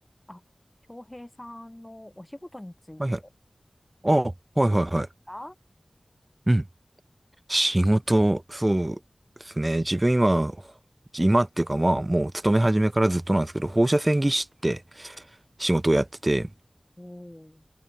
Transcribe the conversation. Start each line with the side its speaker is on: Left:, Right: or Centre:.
Left: あ、京平さんのお仕事について
Right: はいはい。あ、はいはいはい。
Left: 聞いていいですか
Right: うん。仕事、そうですね。自分今、今っていうかまあ、もう勤め始めからずっとなんですけど、放射線技師って仕事をやってて、
Left: おん。